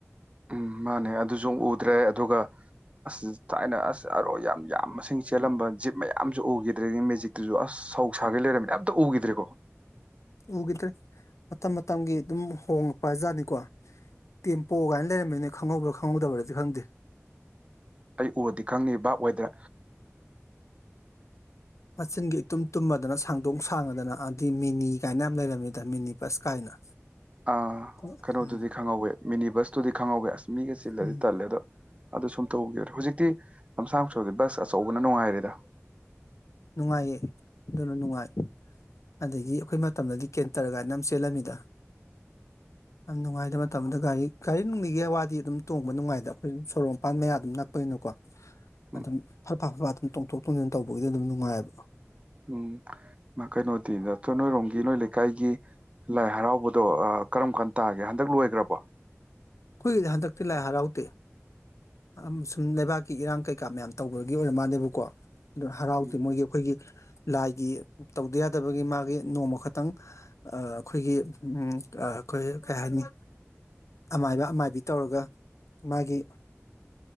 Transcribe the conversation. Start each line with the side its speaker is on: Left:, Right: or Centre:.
Right: ꯎꯝ ꯃꯥꯅꯦ ꯑꯗꯨꯁꯨ ꯎꯗ꯭ꯔꯦ ꯑꯗꯨꯒ ꯑꯁ ꯊꯥꯏꯅ ꯑꯁ ꯑꯔꯣꯏ ꯌꯥꯝ ꯃꯁꯤꯡ ꯆꯦꯜꯂꯝꯕ ꯖꯤꯞ ꯃꯌꯥꯝꯁꯨ ꯎꯈꯤꯗ꯭ꯔꯦ ꯃꯦꯖꯤꯛ ꯑꯗꯨꯨꯁꯨ ꯑꯁ ꯁꯧꯁꯥꯒꯩ ꯂꯩꯔꯝꯃꯤꯅꯦ ꯑꯝꯇ ꯎꯈꯤꯗ꯭ꯔꯦꯀꯣ
Left: ꯎꯈꯤꯗ꯭ꯔꯦ ꯃꯇꯝ ꯃꯇꯝꯒꯤ ꯑꯗꯨꯝ ꯍꯣꯡꯂꯛꯄ ꯖꯥꯠꯅꯤꯀꯣ ꯇꯦꯝꯄꯣ ꯀꯥꯏꯅ ꯂꯩꯔꯝꯃꯤꯅꯦ ꯅꯣꯏ ꯈꯪꯍꯧꯕ꯭ꯔꯥ ꯈꯪꯍꯧꯗꯕ꯭ꯔꯗꯤ ꯈꯪꯗꯦ
Right: ꯑꯩ ꯎꯔꯗꯤ ꯈꯪꯅꯤ ꯚꯥꯞ ꯑꯣꯏꯗ꯭ꯔ
Left: ꯃꯆꯤꯟꯒ ꯏꯇꯨꯝ ꯇꯨꯝꯃꯗꯅ ꯁꯥꯡꯗꯣꯡ ꯁꯥꯡꯉꯗꯅ ꯑꯗꯤ ꯃꯤꯅꯤ ꯀꯥꯏꯅ ꯌꯥꯝ ꯂꯩꯔꯝꯃꯤꯗ ꯃꯤꯅꯤ ꯕꯁ ꯀꯥꯏꯅ
Right: ꯑ
Left: ꯎꯝ
Right: ꯀꯩꯅꯣꯗꯨꯗꯤ ꯈꯪꯍꯧꯋꯦ ꯃꯤꯅꯤ ꯕꯁꯇꯨꯗꯤ ꯈꯪꯍꯧꯋꯦ ꯑꯁ ꯃꯤꯒ ꯆꯤꯜꯂꯗꯤ
Left: ꯎꯝ
Right: ꯇꯜꯂꯦ ꯑꯗꯣ ꯑꯗꯨꯁꯨ ꯑꯃꯇꯥ ꯎꯈꯤꯕ꯭ꯔꯦ ꯍꯧꯖꯤꯛꯇꯤ ꯂꯝꯁꯥꯡ ꯆꯇꯄꯁꯦ ꯕꯁ ꯑꯆꯧꯕꯅ ꯅꯨꯡꯉꯥꯏꯔꯦꯗ
Left: ꯅꯨꯡꯉꯥꯏꯌꯦ ꯑꯗꯨꯅ ꯅꯨꯡꯉꯥꯏ ꯑꯗꯒꯤ ꯑꯩꯈꯣꯏ ꯃꯇꯝꯗꯗꯤ ꯀꯦꯟꯇꯔ ꯀꯥꯏꯅ ꯑꯃ ꯆꯦꯜꯂꯝꯃꯤꯗ
Right: <inaudible>
Left: ꯌꯥꯝ ꯅꯨꯡꯉꯥꯏꯇꯕ ꯃꯇꯝꯗꯨꯗ ꯒꯥꯔꯤ ꯒꯥꯔꯤ ꯅꯨꯡꯂꯤꯒꯤ ꯋꯥꯗꯤ ꯑꯗꯨꯝ ꯇꯣꯡꯕ ꯅꯨꯡꯉꯥꯏꯗ ꯑꯩꯈꯣꯏ ꯁꯨꯝ ꯁꯣꯔꯣꯛ ꯃꯄꯥꯟ ꯃꯌꯥ ꯑꯗꯨꯝ ꯅꯛꯄꯅꯤꯅ ꯀꯣ
Right: <unintelligible>
Left: ꯑꯗꯨꯝ ꯐꯠ ꯐꯥ ꯐꯠ ꯐꯥ ꯑꯗꯨꯝ ꯇꯣꯡꯊꯣꯛ ꯇꯣꯡꯁꯤꯅ ꯇꯧꯕꯒꯤꯗꯤ ꯑꯗꯨꯝ ꯅꯨꯡꯉꯥꯏꯑꯕ
Right: ꯎꯝ ꯃꯥ ꯀꯩꯅꯣꯗꯤ ꯅꯠꯇ ꯅꯣꯏꯔꯣꯝꯒꯤ ꯅꯣꯏ ꯂꯩꯀꯥꯏꯒꯤ ꯂꯥꯏ ꯍꯔꯥꯎꯕꯗꯣ ꯀꯔꯝ ꯀꯥꯟ ꯇꯥꯒꯦ ꯍꯟꯗꯛ ꯂꯣꯏꯈ꯭ꯔꯕꯣ?
Left: ꯑꯩꯈꯣꯏꯒꯤꯗꯤ ꯍꯟꯗꯛꯇꯤ ꯂꯥꯏ ꯍꯔꯥꯎꯗꯦ ꯑ ꯁꯨꯝ ꯂꯩꯕꯥꯛꯀꯤ ꯏꯔꯥꯡ ꯀꯩꯀꯥ ꯃꯌꯥꯝ ꯇꯧꯕꯒꯤ ꯑꯣꯏꯔ ꯃꯥꯜꯂꯦꯕꯀꯣ ꯑꯗꯨ ꯍꯔꯥꯎꯗꯦ
Right: ꯎꯝ
Left: ꯃꯣꯏꯒꯤ ꯑꯩꯈꯣꯏꯒꯤ ꯂꯥꯏꯒꯤ ꯇꯧꯗ ꯌꯥꯗꯕꯒꯤ ꯃꯥꯒꯤ ꯅꯣꯡꯃ ꯈꯛꯇꯪ ꯑꯥ ꯑꯩꯈꯣꯏꯒꯤ ꯎ ꯑ ꯑꯩꯈꯣꯏꯒꯤ ꯀꯥꯔꯤ ꯍꯥꯏꯅꯤ ꯑꯃꯥꯏꯕ ꯑꯃꯥꯏꯕꯤ ꯇꯧꯔꯒ ꯃꯥꯒꯤ